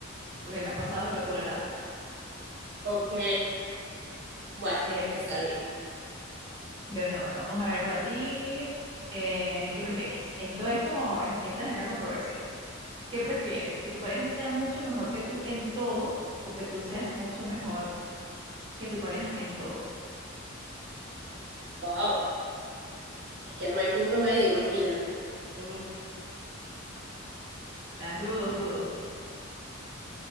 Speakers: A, on the right; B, on the right.
A: porque me ha pasado y lo he tolerado.
B: Ok, Bueno,
A: Eh,
B: está bien.
A: Bueno, bueno, vamos a ver para ti. eh, ¿qué prefieres? Esto es como, es- esta genera controversia. ¿Qué prefieres? ¿Que tu pareja sea mucho mejor que tú en todo o que tú seas mucho mejor que tu pareja en todo?
B: Wow, es que no hay punto medio, imagínate.
A: Uf, está rudo, rudo.